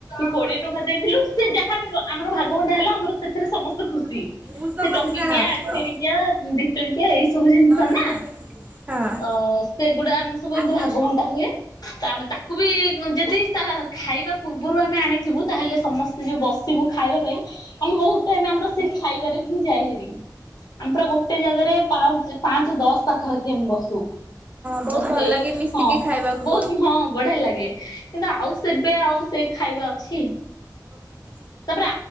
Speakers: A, on the left (about 65°); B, on the right (about 20°).
A: କୋଡିଏ ଟଙ୍କା ଦେଇଥିଲୁ ସେ ଯାହା ବି ଆମର ଭାଗବଣ୍ଟା ହେଲା ଆମର ସେଥିରେ ସମସ୍ତେ ଖୁସି।
B: ମୁଁ ତ
A: ସେ
B: ପଛେ
A: ଟଙ୍କିକିଆ
B: ସାରା ଆସିବୁ
A: ଆଖେରିକିଆ
B: ର
A: ଦି ଟଙ୍କିଆ ଏଇ ସବୁ ଜିନିଷ
B: ମୁଁ
A: ନା?
B: ତୋ ପଛେ ଯିବି। ହଁ।
A: ଅ ସେଗୁଡା ଆମେ ସବୁ
B: ହଁ
A: ଏମିତି ଭାଗମଣ୍ଟା ହୁଏ। ତ ଆମେ ତାକୁ ବି ଯଦି ତା ଖାଇବା। ପୂର୍ବରୁ ଆମେ ଆଣିଥିବୁ ତାହେଲେ ସମସ୍ତେ ଯେଉଁ ବସିବୁ ଖାଇବା ପାଇଁ। ଆମେ ବହୁତ ଟାଇମ ଆମର ସେ ଖାଇବାରେ ହିଁ ଯାଇ ହେରି। ଆମର ଗୋଟେ ଜାଗାରେ ପା ପାଞ୍ଚ ଦଶ ପାଖାପାଖି ଆମେ ବସୁ।
B: ବହୁତ
A: ସେଇ
B: ଭଲ ଲାଗେ ମିଶିକି
A: ହଁ
B: ଖାଇବାକୁ
A: ବହୁତ ହଁ ବଢିଆ ଲାଗେ। କିନ୍ତୁ ଆଉ ସେବେ ଆଉ ସେ ଖାଇବା ଅଛି।
B: <inaudible>
A: ତାପରେ